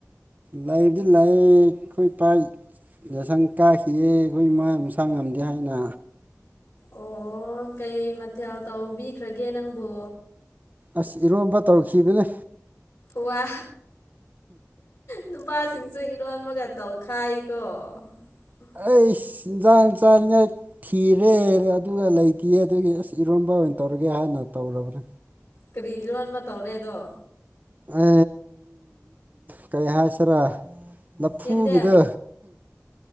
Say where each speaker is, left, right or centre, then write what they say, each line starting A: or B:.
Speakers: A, on the right; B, on the left.
A: ꯂꯥꯏꯕꯗꯤ ꯂꯥꯏ ꯑꯩꯈꯣꯏ ꯄꯥꯏ ꯌꯥꯁꯪ ꯀꯥꯈꯤꯌꯦ ꯑꯩꯈꯣꯏ ꯏꯃꯥ ꯃꯁꯥꯡ ꯉꯝꯗꯦ ꯍꯥꯏꯅ
B: ꯑꯣ ꯀꯩ ꯃꯊꯦꯜ ꯇꯧꯕꯤꯈ꯭ꯔꯒꯦ ꯅꯪꯕꯨ
A: ꯑꯁ ꯏꯔꯣꯝꯕ ꯇꯧꯔꯛꯈꯤꯕꯅꯦ
B: ꯋꯥ ꯅꯨꯄꯥꯁꯤꯡꯁꯨ <unintelligible>
A: ꯑꯩ ꯏꯟꯁꯥꯡ ꯆꯥꯅꯤꯡꯉ ꯊꯤꯔꯦ ꯑꯗꯨꯒ ꯂꯩꯇꯦ ꯑꯗꯨꯒꯤ ꯑꯁ ꯏꯔꯣꯝꯕ ꯑꯣꯏꯅ ꯇꯧꯔꯦ ꯍꯥꯏꯅ ꯇꯧꯔꯕ꯭ꯔꯥ
B: ꯀꯔꯤ ꯏꯔꯣꯟꯕ ꯇꯧꯔꯦꯗꯣ
A: ꯑ ꯀꯩ ꯍꯥꯏꯁꯦꯔ ꯂꯐꯨꯒꯤꯗ
B: ꯌꯦꯟꯗꯦꯝ